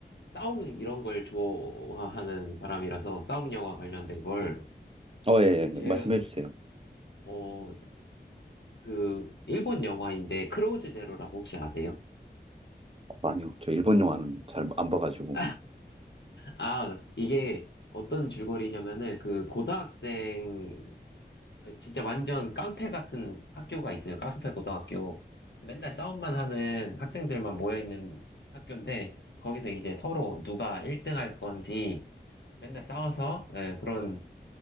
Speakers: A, on the left; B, on the right.
A: 싸움 이런 걸 좋아하는 사람이라서 싸움 영화 관련된 걸
B: 어, 예,
A: 근데 제가
B: 예. 말씀해 주세요.
A: 어, 그 일본 영화인데 크로우즈 제로라고 혹시 아세요?
B: 어, 아니요, 저 일본 영화는 잘 안 봐가지고.
A: <laughs> 아, 이게 어떤 줄거리냐면은 그 고등학생 진짜 완전 깡패 같은 학교가 있어요. 깡패 고등학교. 맨날 싸움만 하는 학생들만 모여있는 학교인데, 거기서 이제 서로 누가 1등 할 건지 맨날 싸워서 예, 그런